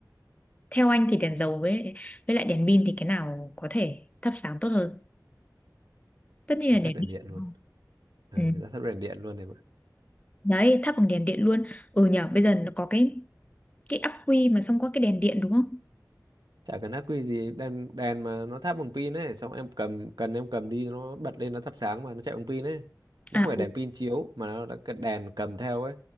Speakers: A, on the left (about 20°); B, on the right (about 75°).
A: theo anh thì đèn dầu với với lại đèn pin thì cái nào có thể thắp sáng tốt hơn tất nhiên
B: ta
A: là đèn
B: thắp đèn
A: pin
B: điện luôn
A: đúng không
B: ừ,
A: Ừ.
B: người ta thắp đèn điện luôn này
A: Đấy, thắp bằng đèn điện luôn. Ừ nhờ, bây giờ nó có cái cái ắc quy mà xong có cái đèn điện đúng không?
B: chả cần ác quy gì đèn đèn mà nó thắp bằng pin ấy xong em cầm cần em cầm đi nó bật lên nó thắp sáng mà nó chạy bằng pin ấy nó
A: À
B: không phải
A: ừ.
B: đèn pin chiếu mà nó là cái đèn cầm theo ấy